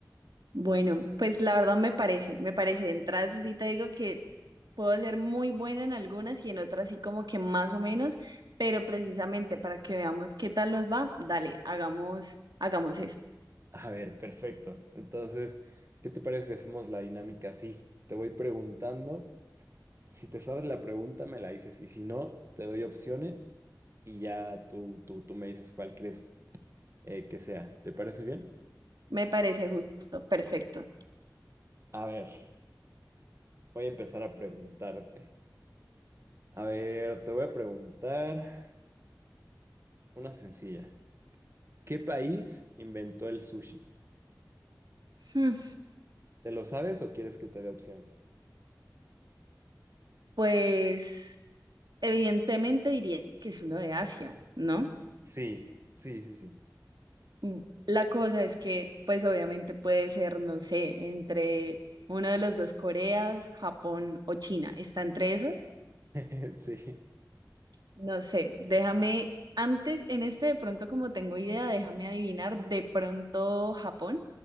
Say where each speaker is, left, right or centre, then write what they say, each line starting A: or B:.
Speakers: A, on the right; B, on the right.
A: Bueno, pues la verdad me parece, me parece. De entrada, eso sí te digo que puedo ser muy buena en algunas y en otras sí como que más o menos, pero precisamente para que veamos qué tal nos va, dale, hagamos, hagamos eso.
B: A ver, perfecto. Entonces, ¿qué te parece si hacemos la dinámica así? Te voy preguntando, si te sabes la pregunta me la dices y si no, te doy opciones y ya tú, tú, tú me dices cuál crees eh, que sea. ¿Te parece bien?
A: Me parece justo, perfecto.
B: A ver, voy a empezar a preguntarte. A ver, te voy a preguntar una sencilla. ¿Qué país inventó el sushi?
A: Hmm,
B: ¿Te lo sabes o quieres que te dé opciones?
A: Pues evidentemente diría que es uno de Asia, ¿no?
B: Sí, sí, sí, sí.
A: Mm, La cosa es que, pues obviamente puede ser, no sé, entre uno de los dos Coreas, Japón o China. ¿Está entre esos?
B: <laughs> Sí,
A: No sé, déjame, antes, en este de pronto como tengo idea, déjame adivinar, de pronto Japón.